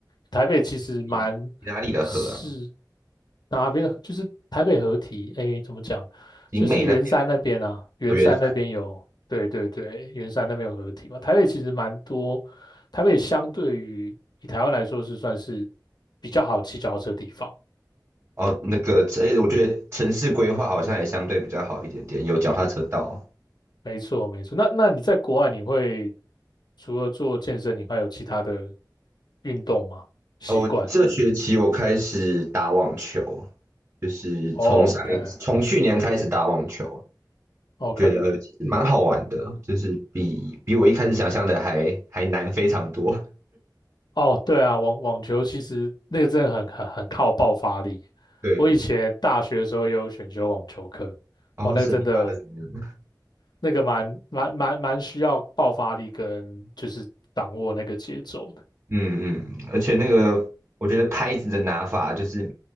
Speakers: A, on the left; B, on the right.
A: 台北其实蛮
B: 你你哪里的河啊？
A: 是哪边的？就是台北合体，哎，怎么讲？
B: 景美那边，
A: 就是圆山那边啊，圆山那边有，
B: 原
A: 对对对，圆山那边有合体嘛。台北其实蛮多，台北相对于以台湾来说是算是比较好骑脚踏车的地方。
B: 哦，那个，这我觉得城市规划好像也相对比较好一点点，有脚踏车道啊。
A: 没错，没错。那那你在国外，你会除了做健身，你还有其他的运动吗？习惯
B: 哦，这学期我开始打网球，就是从上一从去年开始打网球，
A: ？OK，OK 哦。
B: 觉得呃其实蛮好玩的，就是比比我一开始想象的还还难非常多。
A: 哦，对啊，网网球其实那个真的很很很靠爆发力。
B: 对，
A: 我以前大学的时候也有选修网球课，
B: 然后是你打的怎么样？
A: 哦，那个真的那个蛮蛮蛮蛮需要爆发力跟就是掌握那个节奏的。
B: 嗯嗯，而且那个，我觉得拍子的拿法就是，